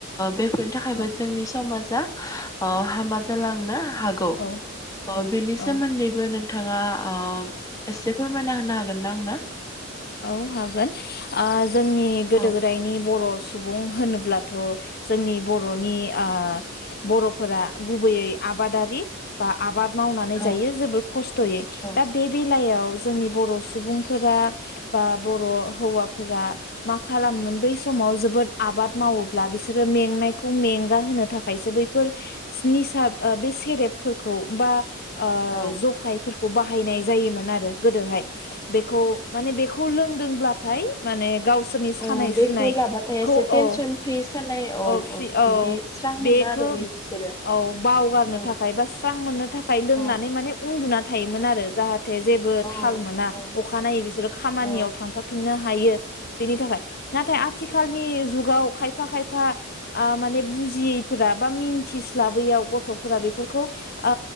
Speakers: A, on the left (about 15°); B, on the left (about 50°).
A: बेफोरनि थाखायबो
B: औ
A: जोंनि समाज दा ओ हामा जालांनो हागौ
B: औ
A: बेनि सोमोन्दैबो
B: औ
A: नों नोंथाङा ओ एसे फोरमायना होनो हागोन गोनदांं ना
B: औ हागोन ओ जोंनि गोदो
A: औ
B: गोदायनि बर' सुबुं होनोब्लाथ' जोंनि बर'नि ओ बर'फोरा गुबैयै आबादारि बा आबाद मावनानै
A: औ
B: जायो जोबोर खस्थ'यै
A: औ
B: दा बे बे जिलायाव जोंनि बर' सुबुंफोरा बा बर' हौवा फोरा मा खा खालामोन बै समाव जोबोद आबाद मावोब्ला बिसोरो मेंनायखौ मेंगा होनो थाखायसो बैफोर निसा बे सेरेबफोरखौ बा ओ
A: औ
B: जखायफोर बाहायनाय जायोमोन आरो गोदोहाय बेखौ माने बेखौ बेखौ लोंदोंबाथाय माने गाव सोरनि सानाय
A: औ बेखौ
B: सुनाय
A: लाबाथाय एसे
B: खौ औ
A: टेनसन फ्रि सानाय
B: औ फ्रि औ
A: बिदि स्रां मोनो
B: बेखौ
A: आरो बे बिसोरो
B: औ बावगारनो
A: औ
B: थाखाय बा स्रां मोननो थाखाय लोंनानै
A: औ
B: माने उन्दुनानै थायोमोन आरो जाहाथ जेबो
A: औ
B: थाल मोना
A: औ
B: अखनायै बिसोरो खामानियाव
A: औ
B: थांफाफिन नो हायो बेनि थाखाय नाथाय आथिखालनि नि जुगाव खायफा खायफा माने बुजियैफोरा बा मिन्थिस्लाबैयाव गथ'फोरा बेफोरखौ ओ